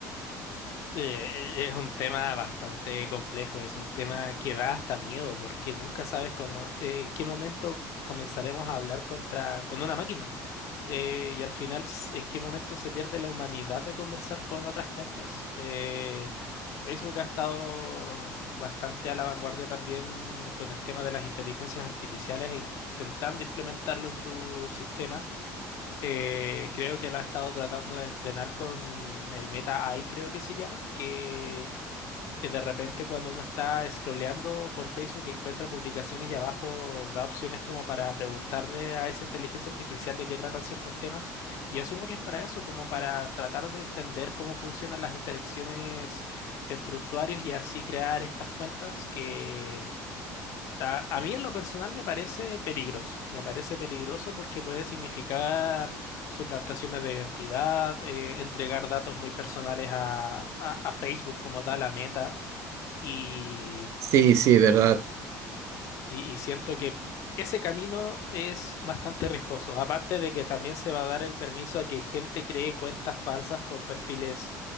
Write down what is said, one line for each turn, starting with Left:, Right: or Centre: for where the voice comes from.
Left: Eh, es un tema bastante complejo, es un tema que da hasta miedo porque nunca sabes cuándo- eh, en qué momento comenzaremos a hablar contra, con una máquina eh, y al final s- en qué momento se pierde la humanidad de conversar con otras cuentas. Eh, Facebook ha estado bastante a la vanguardia también con el tema de las inteligencias artificiales e intentando implementarlo en su sistema. Eh, creo que lo ha estado tratando de entrenar con el Meta AI, creo que se llama, que de repente cuando uno está scrolleando por Facebook encuentra publicaciones y abajo da opciones como para preguntarle a esa inteligencia artificial de qué tratan ciertos temas. Y asumo que es para eso, como para tratar de entender cómo funcionan las interacciones entre usuarios y así crear estas cuentas que a, a mí en lo personal me parece peligroso, me parece peligroso porque puede significar suplantaciones de identidad, eh, entregar datos muy personales a, a- a Facebook como tal, a Meta, y,
Right: Sí, sí, verdad.
Left: y- y siento que ese camino es bastante riesgoso, aparte de que también se va a dar el permiso a que gente cree cuentas falsas con perfiles,